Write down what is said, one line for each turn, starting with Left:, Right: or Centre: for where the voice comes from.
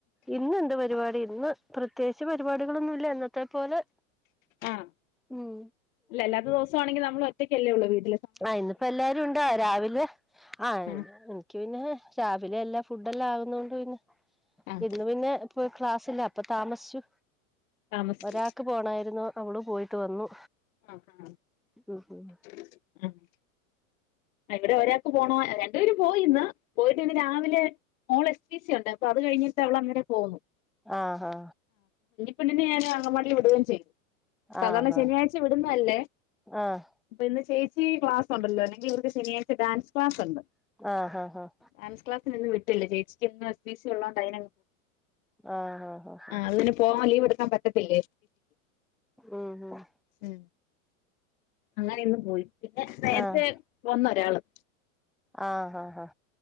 Centre: ഇന്ന് എന്ത് പരിപാടി ഇന്ന് പ്രത്യേകിച്ച് പരിപാടികളൊന്നുമല്ല എന്നന്നത്തെ പോലെ
Left: ആഹ
Centre: ഉം
Left: അല്ല അല്ലാത്ത ദിവസ ആണെങ്കിൽ നമ്മൾ ഒറ്റക്കല്ലുള്ളൂ വീട്ട
Centre: ആഹ ഇന്നിപ്പോ എല്ലാരും ഇണ്ടാ രാവിലെ ആഹ
Left: ആഹ്
Centre: പിന്നെ രാവിലെ എല്ലാ ഫു <unintelligible>
Left: ആഹ്
Centre: ഇന്ന് പിന്നെ ഫുൾ ക്ലാസ്സ് <unintelligible> ല്ല അപ്പൊ താമസിച്ചു
Left: താമസിച്ചു
Centre: ഒരാൾക്ക് പോണായിരുന്നു അവള് പോയിട ഇത്ത വന്നു
Left: ആഹ ആഹ
Centre: ഉം ഉം
Left: ആഹ ഇവിടെ ഒര പോ രണ്ട പേര് പോയിന്ന് പോയിട്ട് ഇ രാവിലെ എ സ ഉണ്ട് അ അത് കഴിഞ്ഞിട്ട് അവ അങ്ങ പോന്നു
Centre: ആഹാ
Left: പിന്നെ ഞാൻ അങ്ങവാടി വിടുകയും ചെയ്യും സാധാരണ
Centre: ആഹാ
Left: ശനിയാഴ്ച വിടുന്നതല്ലേ
Centre: ആഹ്
Left: ഇപ്പൊ ഇന്ന് ചേച്ചി ക്ലാസ്സുണ്ടല്ലോലേ ജ ശനിയാഴ് ഡാൻസ് ക്ലാസ് ഒണ്ട്
Centre: ആഹ് ആഹ്
Left: ഡാൻസ് ക്ലാസ ട്ട <unintelligible> ചേച്ചിക്ക്ഇന്ന് എസ് ബി സി ഒള്ള പൈനൻ
Centre: ആഹ് ആഹ് ആഹ്
Left: ആ അതിന് പോവാൻ ലീവ് എടു പോകൻ പറ്റത്തില്ലേ
Centre: ഉം ഉം
Left: ഉ അങ്ങനൊന്ന് പോയി പിന്നെ <unintelligible>
Centre: ആഹ്
Left: അടയാളം
Centre: ആഹ് ആഹ് ആഹ